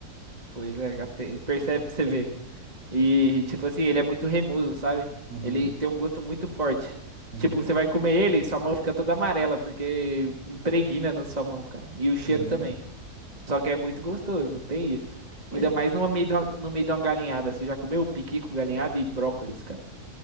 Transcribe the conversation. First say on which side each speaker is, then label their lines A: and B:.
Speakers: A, on the right (about 30°); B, on the right (about 50°).
A: Pois é, cara, tem- percebe, pra você vê. E tipo assim, ele é muito remoso, sabe?
B: Uhum,
A: Ele tem um gosto muito forte.
B: uhum,
A: Tipo, você vai comer ele, sua mão fica toda amarela porque impregna na sua mão, cara. E o cheiro
B: uhum.
A: também. Só que é muito gostoso, tem isso.
B: Pois,
A: Ainda mais no meio da, no meio de uma galinhada. Você já comeu piqui com galinhada e brócolis, cara?